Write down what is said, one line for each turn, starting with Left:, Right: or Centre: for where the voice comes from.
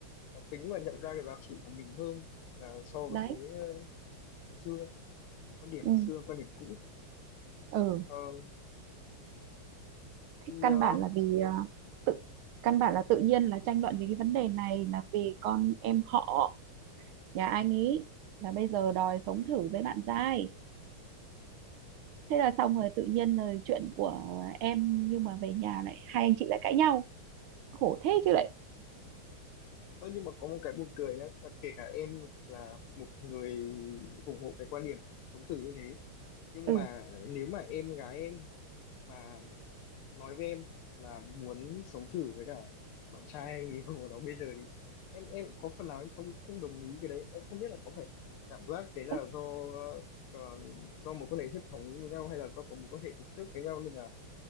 Left: cá tính và nhận ra cái giá trị của mình hơn là so với
Right: đấy
Left: cái ờ, ngày xưa quan điểm
Right: ừ,
Left: ngày xưa quan điểm cũ
Right: ừ.
Left: Ờ,
Right: Thế
Left: thì
Right: căn
Left: ờ,
Right: bản là vì ờ, tự căn bản là tự nhiên là tranh luận về cái vấn đề này là vì con em họ nhà anh ý là bây giờ đòi sống thử với bạn giai thế là xong rồi tự nhiên là chuyện của em nhưng mà về nhà lại hai anh chị lại cãi nhau khổ thế chứ lại
Left: Ơ, nhưng mà có một cái buồn cười nhá là kể cả em là một người ủng hộ cái quan điểm sống thử như thế nhưng
Right: ừ
Left: mà nếu mà em gái em mà nói với em là muốn sống thử với cả bạn trai hay người yêu của nó bây giờ thì em em có phần nào em không không đồng ý cái đấy em không biết là có phải cảm giác đấy là
Right: ơ
Left: do ờ, do một quan hệ huyết thống với nhau hay là do có một quan hệ từ trước với nhau nên là